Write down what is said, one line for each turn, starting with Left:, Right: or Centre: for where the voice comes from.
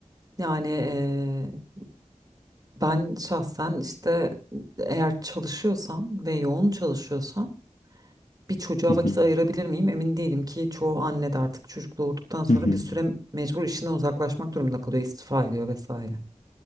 Right: Yani e, ben şahsen işte eğer çalışıyorsam ve yoğun çalışıyorsam bir çocuğa
Left: Hı hı.
Right: vakit ayırabilir miyim? Emin değilim ki çoğu anne de artık çocuk doğurduktan sonra
Left: Hı hı.
Right: bir süre mecbur işinden uzaklaşmak durumunda kalıyor, istifa ediyor vesaire.